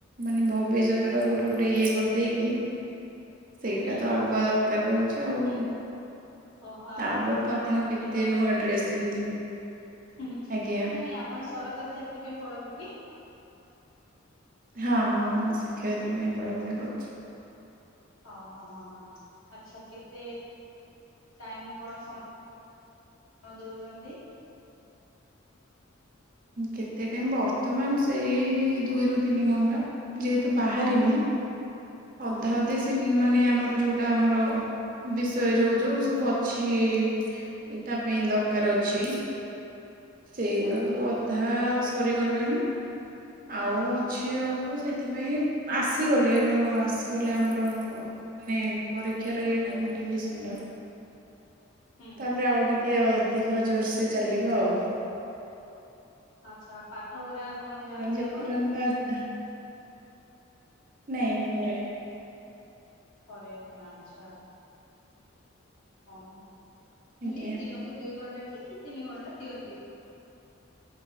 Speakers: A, on the right; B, on the left.
A: ମାନେ ଭବିଷ୍ୟତ ଟା କୋଉଠି ଗୋଟେ ଇଏ କରିଦେଇକି ସେଇଟା
B: ହୁଁ
A: ତ ଆଗ ଦରକାର ରହୁଛି ଆଉ
B: ଓହୋ ଆପଣ
A: ତାପରେ
B: ପାଠ
A: ତ ଆପଣ
B: ପଢାପଢି
A: କେତେ
B: କରନ୍ତି
A: ନୂଆ
B: କି?
A: ଡ୍ରେସ୍ ପିନ୍ଧିବି
B: ନାଇଁ
A: ଆଜ୍ଞା
B: ନାଇଁ ଆପଣ ସରକାରୀ ଚାକିରି ପାଇଁ ପଡନ୍ତି କି?
A: ହଁ ହଁ ମୁଁ ଶିକ୍ଷୟିତ୍ରୀ ପାଇଁ ପଢ଼ାପଢ଼ି କରୁଛି।
B: ଓହୋ ହ ହଁ ଆଚ୍ଛା କେତେ ଟାଇମ୍ କଣ ସମ ୟ ଦଉଛନ୍ତି।
A: କେତେ ଟାଇମ୍ ବର୍ତମାନ ସେଇ ଦୁଇରୁ ତିନି ଘଣ୍ଟା ଯେହେତୁ ବାହାରିନି ଅଧା ଅଧି
B: ହୁଁ ହୁଁ
A: ସେ ମାନେ ଆମର ଯୋଉ ଟା ଆମର ବିଷୟ ଯୋଉ ଯୋଉ ସବୁ ଅଛି। ଏଇ ତା ପାଇଁ ଦରକାର ଅଛି। ସେଇଗୁଡ଼ାକର ଅଧା ସରିଗଲାଣି।
B: ହୁଁ
A: ଆଉ ଅଛି ଅଳ୍ପ ସେଥିପାଇଁ ଆସିଗଲେ ନ ଆସିଗଲେ ଆମର ମାନେ ପରୀକ୍ଷାର ଇଏଟା ନୋଟିଫ୍ କେଶନ ଟା
B: ହୁଁ
A: ତାପରେ ଆଉ ଟିକେ ଅଧିକ ଜୋର ସେ ଚାଲିବ ଆଉ
B: ଆଚ୍ଛା ପାଠ ଗାରା କଣ ଯାଆନ୍ତି
A: ଆଉ
B: କି ଆପଣ?
A: <inaudible> ନାଇଁ ଘରେ
B: ଘରେ ହିଁ ଆଛା ଓହୋ ହେଲେ
A: ଆଜ୍ଞା
B: ଦିନକୁ ଦୁଇ ଘଣ୍ଟା କି ତିନି ଘଣ୍ଟା ଦିଅନ୍ତି।